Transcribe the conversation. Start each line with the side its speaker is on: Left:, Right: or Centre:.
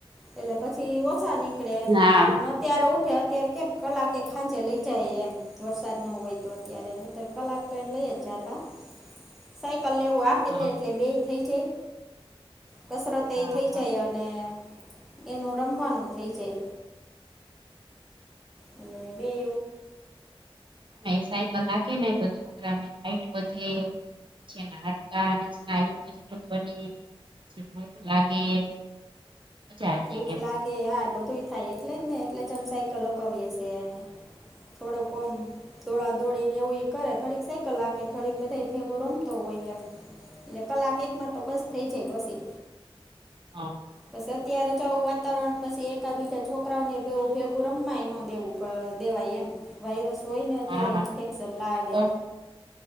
Centre: એટલે પછી એ ઓછા નીકળે
Right: હા
Centre: હ અત્યારે ઉઠે અત્યારે કેમ કલાકે ખાંજે લઇ જાય એમ વરસાદ ન હોય તો અત્યારે ન, ર કલાક તો એને લઈ જ જાતા સાયકલ લેવું આપી
Right: હા
Centre: લે એટલે બે થઈ જાય. કસરત
Right: હા
Centre: એ થઈ
Right: હા
Centre: જાય અને એનું રમવાનું થઈ જાય. એટલે બેય
Right: <inaudible> સાઈકલ હાંકે ને તો છોકરાઓની હાઇટ વધે, પછીના હાડકાં અને સ્નાયુ મજબુત બને. <inaudible> લાગે મજા આવી
Centre: ભૂખ
Right: જાય એમ
Centre: લાગે આ બધું થાય એટલે જ ને, એટલે જ અમ સાયકલ અપાવીય છે એને. થોડો કોમ દોડા દોડી ને એવું કરે, ખડીક સાયકલે હાંકે ખડીક બધા ભેગો રમતો હોય એમ. એટલે કલાક એકમાં તો બસ થઈ જાય પછી.
Right: હા
Centre: પછ અત્યારે જવું વાતાવરણ પછી એકા બીજા છોકરાઓને ભેગું રમાય ન દેવું દેવાય એમ. વાયરસ હોય ને અત્યારે
Right: હા
Centre: ઇન્ફેક્શન લાગે.
Right: તો